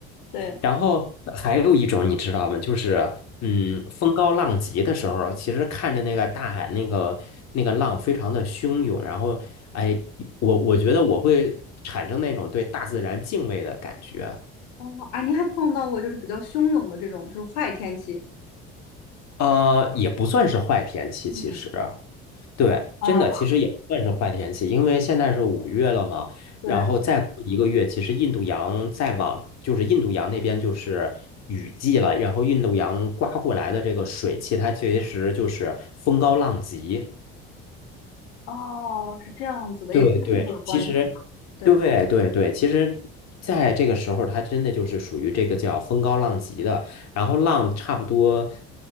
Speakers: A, on the left; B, on the left.
A: 对。
B: 然后呃还有一种你知道吗？就是嗯，风高浪急的时候，其实看着那个大海那个那个浪非常的汹涌，然后哎，我我觉得我会产生那种对大自然敬畏的感觉。
A: 哦，啊，您还碰到过就是比较汹涌的这种就是坏天气？
B: 呃，也不算是坏天气，
A: 嗯，
B: 其实。对，
A: 啊，
B: 真的，其实也不算是坏天气，因为现在是五月了嘛，
A: 对，
B: 然后再过一个月，其实印度洋再往就是印度洋那边就是雨季了，然后印度洋刮过来的这个水汽，它其实就是风高浪急。
A: 哦，是这样子的，
B: 对对，
A: 也跟这个有关系。
B: 其实，
A: 对，
B: 对对对，其实在这个时候，它真的就是属于这个叫风高浪急的，然后浪差不多